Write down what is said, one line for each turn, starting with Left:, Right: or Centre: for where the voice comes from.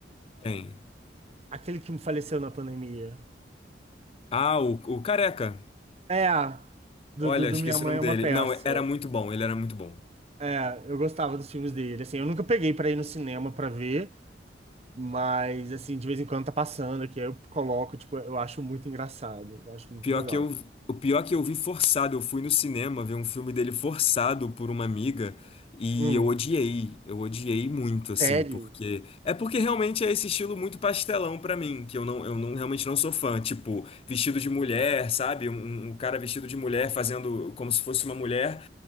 Left: Quem?
Right: Aquele que faleceu na pandemia.
Left: Ah, o, o Careca.
Right: É, do,
Left: Olha,
Right: do, do
Left: esqueci
Right: Minha Mãe
Left: o nome
Right: é
Left: dele.
Right: uma Peça.
Left: Não, era muito bom, ele era muito bom.
Right: É, eu gostava dos filmes dele. Assim, eu nunca peguei pra ir no cinema pra ver, mas, assim, de vez em quando tá passando aqui, aí eu coloco, tipo, eu acho muito engraçado. Eu acho muito
Left: O pior
Right: legal.
Left: que eu, o pior que eu vi forçado, eu fui no cinema ver um filme dele forçado por uma amiga e
Right: Hum,
Left: eu odiei, eu odiei muito assim,
Right: sério?
Left: porque é porque realmente é esse estilo muito pastelão pra mim, que eu não, eu não realmente não sou fã, tipo, vestido de mulher, sabe? Um, um um cara vestido de mulher fazendo como se fosse uma mulher.